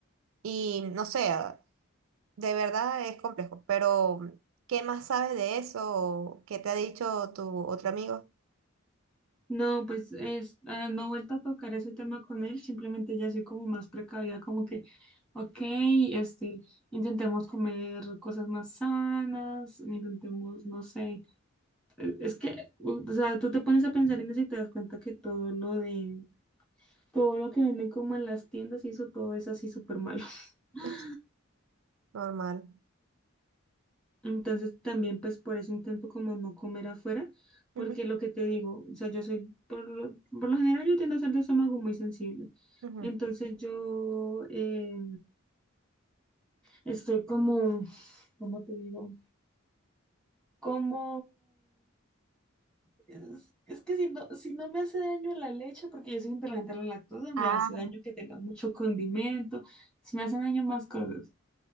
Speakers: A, on the right; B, in the centre.
A: Y no sé, de verdad es complejo, pero ¿qué más sabes de eso? ¿Qué te ha dicho tu otro amigo?
B: No, pues es, ah, no he vuelto a tocar ese tema con él, simplemente ya soy como más precavida, como que, ok, este, intentemos comer cosas más sanas, intentemos, no sé, eh, es que, u- o sea, tú te pones a pensar en eso y te das cuenta que todo lo de, todo lo que venden como en las tiendas y eso, todo es así súper malo. <laughs>
A: <laughs> Normal.
B: Entonces también pues por eso intento como no comer afuera,
A: Ujú,
B: porque lo que te digo, o sea, yo soy, por lo, por lo general yo tiendo a ser de estómago muy sensible.
A: ujú.
B: Entonces yo eh, estoy como, ¿cómo te digo? Como, es, es que si no, si no me hace daño la leche, porque yo soy intolerante a la lactosa,
A: Ah,
B: me hace daño que tenga mucho condimento, si me hacen daño más cosas.